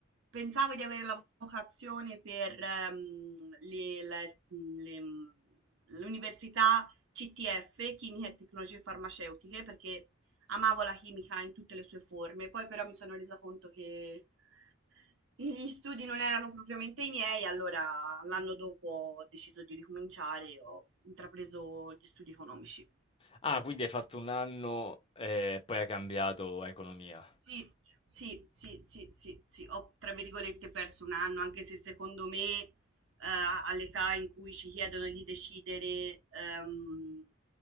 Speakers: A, on the right; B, on the left.
A: pensavo di avere la vocazione per ehm, le- la- le- l'università CTF, Chimica e Tecnologie Farmaceutiche, perché amavo la chimica in tutte le sue forme. Poi però mi sono resa conto che gli studi non erano propriamente i miei, allora l'anno dopo ho deciso di ricominciare e ho intrapreso gli studi economici.
B: Ah, quindi hai fatto un anno eh, e poi hai cambiato a economia.
A: Sì, sì, sì, sì, sì, sì, ho tra virgolette perso un anno, anche se secondo me eh, all'età in cui ci chiedono di decidere ehm,